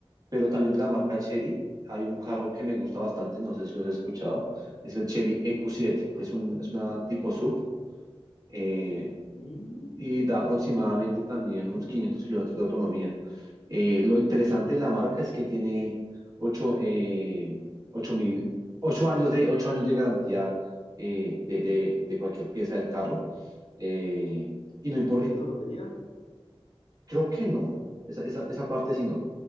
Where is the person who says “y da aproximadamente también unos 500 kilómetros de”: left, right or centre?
Right